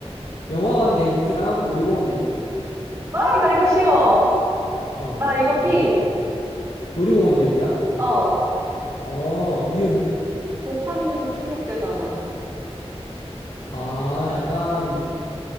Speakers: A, on the left (about 75°); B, on the right (about 25°).
A: 영화관 데이트랑 놀이공원 데이트.
B: 아, 나 이거 쉬워.
A: 어,
B: 나 이거
A: 뭔데?
B: B.
A: 놀이공원 데이트야?
B: 어,
A: 어, 이유는?
B: 도파민 충족되잖아.
A: 아, 약간